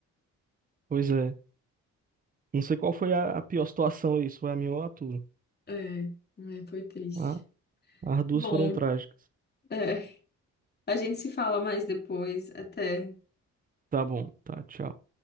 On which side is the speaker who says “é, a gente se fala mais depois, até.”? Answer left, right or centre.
Left